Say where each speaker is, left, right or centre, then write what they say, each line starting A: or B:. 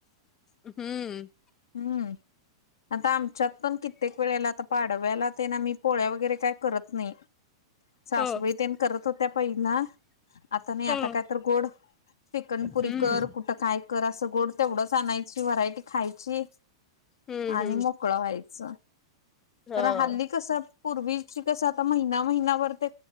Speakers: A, on the left; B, on the left.
A: हम्म.
B: हम्म आता आम च्यात पण कित्येक वेळेला आता पाडव्याला ते न मी पोळ्या वगैरे काय करत नाही. सासूबाई
A: ह
B: तेन करत होत्या पहिला. आता नाही आता
A: ह
B: काय तर गोड श्रीखंड पुरी
A: हम्म
B: कर कुठं काय करा असं गोड तेवढंच आणायची व्हरायटी खायची
A: हम्म
B: आणि
A: हम्म
B: मग कुळा व्हायच
A: हा.
B: कारण हल्ली कस पूर्वीची कस आता महिना महिना भर ते